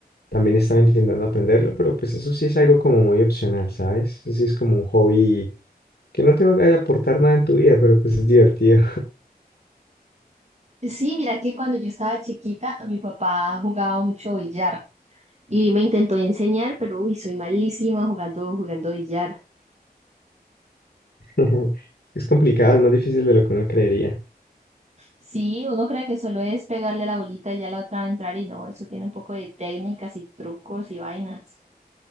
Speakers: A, on the left (about 80°); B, on the right (about 45°).
A: También estaba intentando aprenderlo, pero pues eso sí es algo como muy opcional, ¿sabes? Eso sí es como un hobby que no te va a aportar nada en tu vida, pero pues es divertido.
B: Sí, mira que cuando yo estaba chiquita, mi papá jugaba mucho billar y me intentó enseñar, pero uy, soy malísima jugando, jugando billar.
A: <laughs> Es que es complicado, es más difícil de lo que uno creería.
B: Sí, uno cree que solo es pegarle la bolita y ya la otra va a entrar y no, eso tiene un poco de técnicas y trucos y vainas.